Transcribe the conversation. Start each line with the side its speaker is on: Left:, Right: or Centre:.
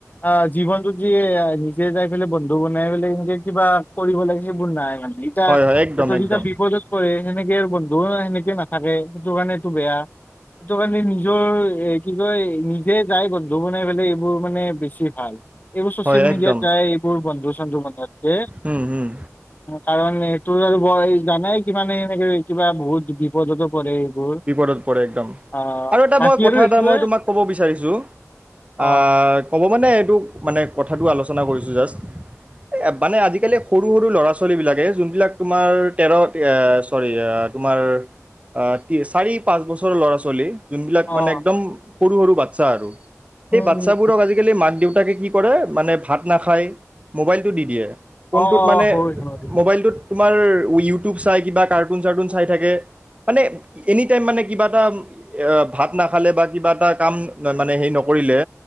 Left: আ জীৱনতো যিয়ে নিজে যাই পেলাই, বন্ধু বনাই পেলাই, এনেকৈ কিবা কৰিব সেইবোৰ নাই আৰু <unintelligible>
Right: হয় হয় একদম
Left: সেইটো
Right: একদম
Left: যেতিয়া বিপদত পৰে সেনেকে বন্ধু সেনেকে নাথাকে। সেইটো কাৰণেটো বেয়া। সেইটো কাৰণে নিজৰ, এ, কি কয়, নিজে যাই বন্ধু বনাই পেলাই, এইবোৰ মানে বেছি ভাল। এইবোৰ চ'চিয়েল
Right: হয়
Left: মিডিয়াত
Right: একদম
Left: যায়। এইবোৰ বন্ধু-চন্ধু বনোৱাতকে
Right: হুম হুম
Left: কাৰণ, এইটোৰ আৰু ভয় জানাই। কিমানে, এই কিবা, বহুত বিপদতো পৰে। এইবোৰ।
Right: বিপদত পৰে, একদম।
Left: অ'
Right: আৰু এটা
Left: বাকী
Right: কথা
Left: আৰু এইটোৱে
Right: মই তোমাক ক'ব বিচাৰিছোঁ,
Left: অ'
Right: আ ক'ব, মানে, এইটো, মানে, কথাটো আলোচনা কৰিছোঁ। জাষ্ট, মানে, আজিকালি সৰু-সৰু ল'ৰা-ছোৱালীবিলাকে, যোনবিলাক তোমাৰ তেৰ, চ'ৰি, তোমাৰ, আ চাৰি-পাঁচ বছৰৰ ল'ৰা-ছোৱালী। যোনবিলাক
Left: অ'
Right: মানে একদম সৰু-সৰু বাচ্চা, আৰু সেই
Left: উম,
Right: বাচ্চাবোৰক,
Left: উম, উম,
Right: আজিকালি, মাক-দেউ তাকে, কি কৰে, মানে, ভাত নাখায়, মোবাইলটো দি দিয়ে। ফোনটোত
Left: অ' অ'
Right: মানে,
Left: হয়, হয়।
Right: মোবাইলটোত তোমাৰ ইউটিউব চাই, কিবা কাৰ্টুন-চাৰ্টুন চাই থাকে, মানে এনি টাইম, মানে, কিবা এটা, আ ভাত নাখালে, বা কিবা এটা কাম, মানে, হেৰি, নকৰিলে,